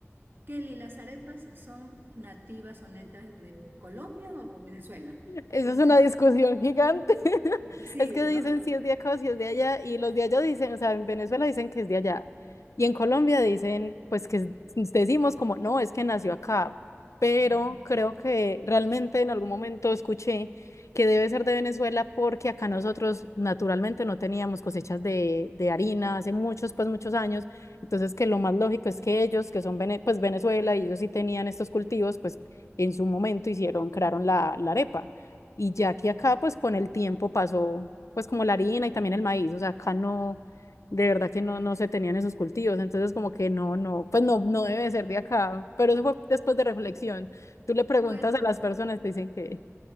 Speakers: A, on the right (about 45°); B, on the left (about 80°).
A: Kelly, ¿las arepas son nativas o netas de Colombia o Venezuela?
B: Esa
A: ¿Cómo
B: es una
A: es?
B: discusión gigante. <laughs>
A: Y que sigue,
B: Es que dicen
A: ¿no?
B: si es de acá o si es de allá, y los de allá dicen, o sea, en Venezuela dicen que es de allá, y en Colombia dicen, pues que es- decimos como, no, es que nació acá, pero
A: Ujú,
B: creo que realmente en algún momento escuché que debe ser de Venezuela porque acá nosotros naturalmente no teníamos cosechas de, de harina hace muchos, pues muchos años, entonces que lo más lógico es que ellos, que son vene- pues Venezuela, y ellos sí tenían estos cultivos, pues en su momento hicieron, crearon la, la arepa. Y ya
A: ujú.
B: que acá, pues con el tiempo pasó, pues como la harina y también el maíz, o sea, acá no, de verdad que no, no se tenían esos cultivos, entonces como que no, no, pues no, no debe ser de acá, pero eso fue después de reflexión. Tú le preguntas
A: Bueno,
B: a las personas, te dicen que,